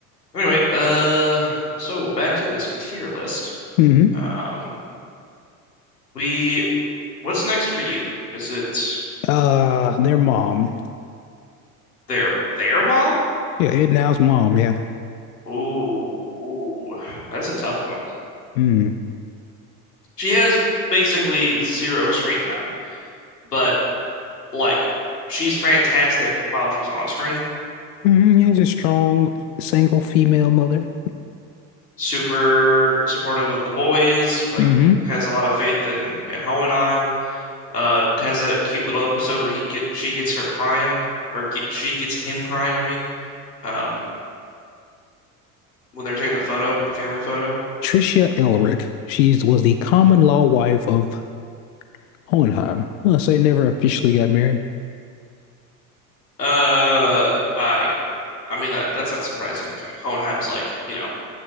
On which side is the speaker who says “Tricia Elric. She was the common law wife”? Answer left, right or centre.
Left